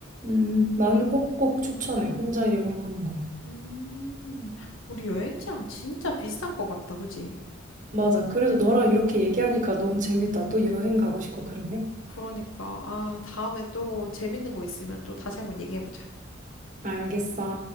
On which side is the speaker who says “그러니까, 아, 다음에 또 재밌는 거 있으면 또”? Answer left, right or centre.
Left